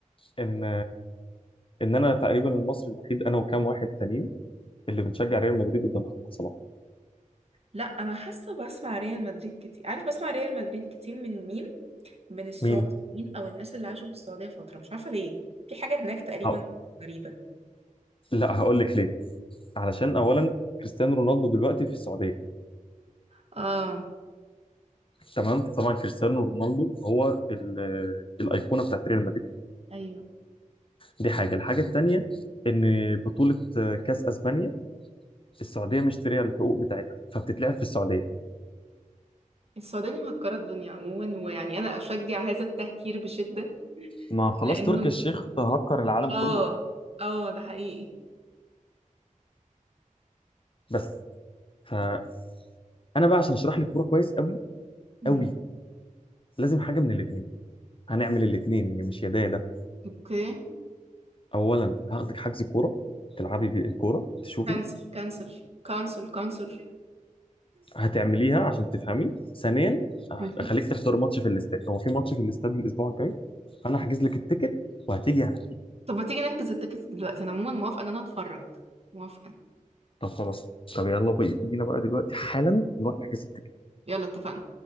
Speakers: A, on the left (about 40°); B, on the right (about 50°).
A: ان ان انا تقريبا المصري الوحيد انا وكام واحد تانيين اللي بنشجع ريال مدريد قدام محمد صلاح
B: لا انا حاسه بسمع ريال مدريد كتير عارف بسمع ريال مدريد كتير من مين من السعوديين
A: مين
B: او الناس اللي عاشوا في السعوديه فتره مش عارفه ليه في حاجه هناك تقريبا
A: أو...
B: غريبه
A: لا هقول لك ليه علشان اولا كريستيانو رونالدو دلوقتي في السعوديه
B: اه
A: تمام طبعا كريستيانو رونالدو هو ال- الايقونه بتاعت ريال مدريد
B: ايوه
A: دي حاجه الحاجه الثانيه ان بطوله كاس اسبانيا السعوديه مشتريه الحقوق بتاعتها فبتتلعب في السعوديه
B: السعوديه دي مهكره الدنيا عموما ويعني انا اشجع هذا التهكير بشده
A: ما خلاص
B: لانه
A: تركي الشيخ تهكر العالم
B: اه
A: كله والله
B: اه ده حقيقي
A: بس فانا بقى عشان اشرح لك الكوره كويس قوي
B: مم.
A: قوي لازم حاجه من الاثنين هنعمل الاثنين مش يا ده يا ده
B: اوكي
A: اولا هاخدك حجز كوره تلعبي بالكوره تشوفي
B: كانسل كانسل كانسل كانسل
A: هتعمليها عشان تفهمي ثانيا اخليك
B: ماشي
A: تحضر ماتش في الاستاد هو في ماتش في الاستاد الاسبوع الجاي انا هحجز لك التيكت وهتيجي على
B: طب ما تيجي نحجز التيكتس دلوقتي انا عموما موافقه ان انا اتفرج موافقه
A: طب خلاص طب يلا بي- بينا بقى دلوقتي حالا نروح نحجز
B: يلا اتفقنا